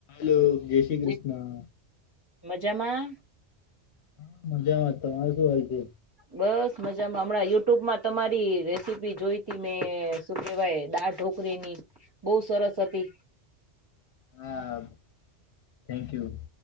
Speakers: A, on the left (about 70°); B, on the right (about 30°).
A: <inaudible> જય શ્રી કૃષ્ણ.
B: જે મજામાં?
A: હા મજામાં તમારે શું હાલ છે?
B: બસ મજામાં હમણાં યુટ્યુબમાં તમારી રેસીપી જોઈતી મેં શું કેવાય દાળ ઢોકરીની. બહુ સરસ હતી.
A: હા, થેન્ક યુ.